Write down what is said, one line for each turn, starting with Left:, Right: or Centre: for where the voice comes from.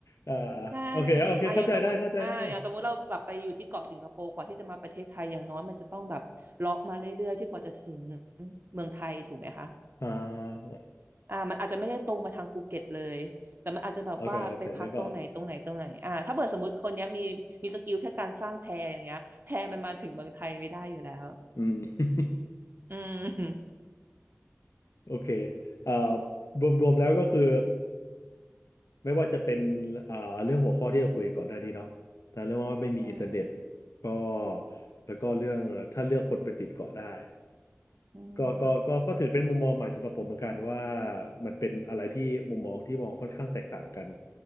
Left: อ่า
Right: ใช่
Left: โอเคโอเคเข้าใจได้เข้าใจได้
Right: อ่ะอย่างสมมติอ่ะอย่างสมมติเราแบบไปอยู่ที่เกาะสิงคโปร์กว่าที่จะมาประเทศไทยอย่างน้อยมันจะต้องแบบเลาะมาเรื่อยๆที่กว่าจะถึงเมืองไทยถูกไหมคะ
Left: อ่า
Right: อ่ะมันอาจจะไม่ได้ตรงมาทางภูเก็ตเลยแต่มันอาจจะแบบว่าไปพักตรงไหนตรงไหนตรงไหนอ่ะถ้าเกิดสมมติคนเนี้ยมีมีสกิลแค่การสร้างแพอย่างเงี้ยแพมันมาถึงเมืองไทยไม่ได้อยู่แล้ว
Left: โอเคโอเคนึกออกอืม
Right: อืม <laughs>
Left: โอเคเอ่ารวมรวมแล้วก็คือไม่ว่าจะเป็นอ่าเรื่องหัวข้อที่เราคุยก่อนหน้านี้เนาะแต่เรื่องว่าไม่มีอินเทอร์เน็ต
Right: อ่า
Left: ก็แล้วก็เรื่องถ้าเลือกคนไปติดเกาะได้
Right: อืม
Left: ก็ก็ก็ก็ถือเป็นมุมมองใหม่สำหรับผมเหมือนกันว่ามันเป็นอะไรที่มุมมองที่มองค่อนข้างแตกต่างกัน